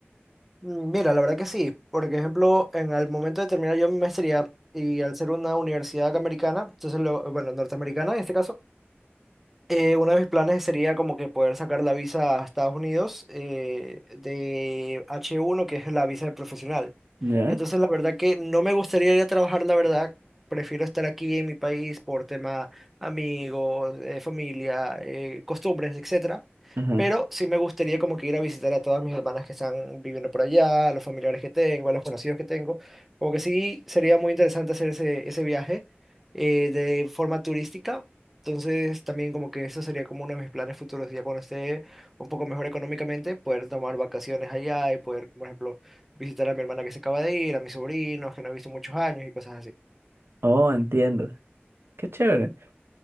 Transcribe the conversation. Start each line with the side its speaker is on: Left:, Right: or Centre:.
Centre: Mm, Mira, la verdad que sí. Por ejemplo, en el momento de terminar yo mi maestría y al ser una universidad americana, entonces, lo, bueno, norteamericana en este caso, eh, uno de mis planes sería como que poder sacar la visa a Estados Unidos eh, de H1, que es la visa de profesional.
Right: ¿Ya?
Centre: Entonces, la verdad que no me gustaría ir a trabajar, la verdad. Prefiero estar aquí en mi país por tema amigos, eh, familia, eh, costumbres, etcétera.
Right: Ajá.
Centre: Pero sí me gustaría como que ir a visitar a todas mis hermanas que están viviendo por allá, a los familiares que tengo, a los conocidos que tengo. Como que sí sería muy interesante hacer ese, ese viaje eh, de forma turística entonces, también como que eso sería como uno de mis planes futuros, ya cuando esté un poco mejor económicamente, poder tomar vacaciones allá y poder, por ejemplo, visitar a mi hermana que se acaba de ir, a mis sobrinos que no he visto muchos años y cosas así.
Right: Oh, entiendo. Qué chévere.